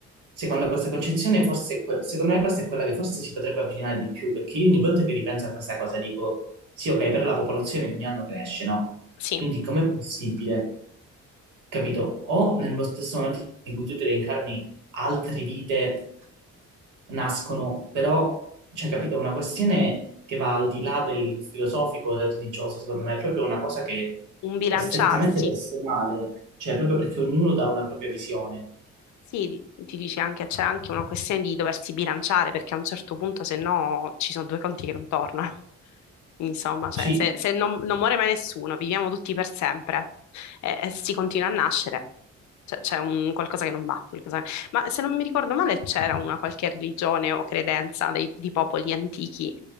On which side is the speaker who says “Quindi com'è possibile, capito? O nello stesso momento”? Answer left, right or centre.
Right